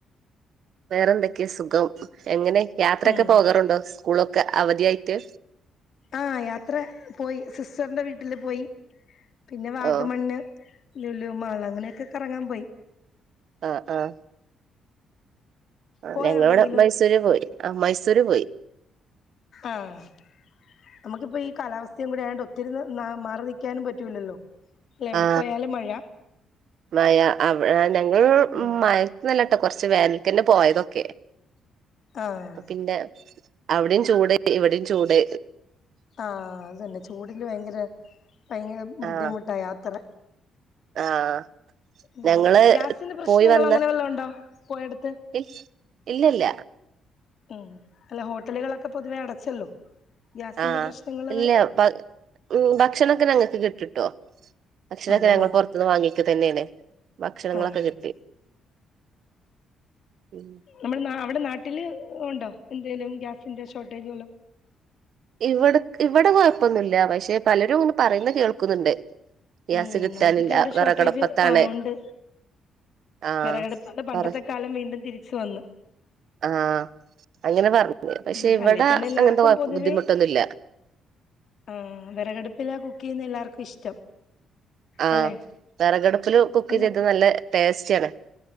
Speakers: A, on the right; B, on the left.
A: വേറെന്തെക്കെ സുഖം. എങ്ങനെ യാത്രൊക്കെ
B: ഉം
A: പോകാറുണ്ടോ? സ്കൂളൊക്കെ അവധിയായിട്ട്.
B: ആഹ് യാത്ര പോയി, സിസ്റ്ററിന്റെ വീട്ടിൽ പോയി. പിന്നെ വാഗമണ്ണ്,
A: ഓ
B: ലുലു മാൾല് അങ്ങനെയൊക്കെ കറങ്ങാൻ പോയി.
A: ആഹ്, ആഹ്. ആഹ്
B: പോയോ
A: ഞങ്ങള്
B: എവിടെയെങ്കിലും
A: ഇവടെ മൈസൂര് പോയി, ആഹ് മൈസൂര് പോയി.
B: ആഹ്. നമുക്കിപ്പോ ഈ കാലാവസ്ഥയും കൂടി ആയോണ്ട് ഒത്തിരി ന്ന് ന്നാ മാറി നിക്ക്യാനും പറ്റൂല്ലല്ലോ. എവിടെ
A: ആ
B: പോയാലും മഴ.
A: മഴ. അവ് ആഹ് ഞങ്ങൾ
B: ഉം
A: മഴ ത്തൊന്നു അല്ലട്ടോ. കൊറച്ച് വേനൽക്കന്നെ പോയതൊക്കെ.
B: ആഹ്
A: അപ്പൊ പിന്നെ അവിടി ചൂട്, ഇവടിം ചൂട്.
B: ആഹ് അത് തന്നെ ചൂടില് ഭയങ്കര, ഭയങ്കര ബുദ്ധിമുട്ടാ
A: ആ
B: യാത്ര.
A: ആഹ്.
B: ഉം
A: ഞങ്ങള്
B: ഗ്യാസിന്റെ പ്രശ്നങ്ങളോ
A: പോയി വന്ന്
B: അങ്ങനെ വല്ലോം ഉണ്ടോ പോയടുത്ത്
A: ഇ. ഇല്ലല്ല.
B: ഉം അല്ല ഹോട്ടലുകളൊക്കെ പൊതുവേ അടച്ചല്ലോ. ഗ്യാസിന്റെ
A: ആഹ്.
B: പ്രശ്നങ്ങള്
A: ഇല്ലാ പ ഉം. ഭക്ഷണൊക്കെ ഞങ്ങൾക്ക് കിട്ട് ട്ടോ. ഭക്ഷണൊക്കെ
B: ഉണ്ടല്ലേ
A: ഞങ്ങൾ പൊറത്തുന്ന് വാങ്ങീക്ക തന്നേണ്. ചെയ്തത്. ഭക്ഷണങ്ങളൊക്കെ
B: ആഹ്
A: കിട്ടി. ഉം
B: നമ്മൾ നാ അവിടെ നാട്ടില് ഉണ്ടോ, എന്തെലും ഗ്യാസിന്റെ ഷോർട്ടേജ് വല്ലതും.
A: ഇവട്ക് ഇവടെ കൊയപ്പൊന്നുല്ല പശെ പലരും ഇങ്ങനെ പറയുന്ന കേൾക്കുന്നുണ്ട്. ഗ്യാസ്
B: ഊംഹ്
A: കിട്ടാനില്ല
B: നമുക്കൊക്കെ ഇവിടെ ഷോട്ടേജ്
A: വിറകടപ്പത്താണ്
B: ആഹ് ഉണ്ട്.
A: ആഹ്
B: വെറകടപ്പ് അത് പണ്ടത്തെകാലം
A: പറ
B: വീണ്ടും തിരിച്ചു വന്ന്.
A: ആഹ് അങ്ങനെ പർഞ്ഞ് പഷെ
B: ഉം
A: ഇവട
B: അല്ലേ തന്നെ എല്ലാർക്കും
A: അങ്ങൻത്തെ കൊഴപ്
B: പൊതുവേ
A: ബുദ്ധിമുട്ടൊന്നുല്ല.
B: ആഹ് വെറകടുപ്പിലാ കുക്കെയ്യുന്നെ എല്ലാർക്കും ഇഷ്ടം.
A: ആഹ്
B: അല്ലെ?
A: വെറകടുപ്പില് കുക്ക്
B: അല്ല
A: ചെയ്തിട്ട് നല്ല ടേസ്റ്റാണ്.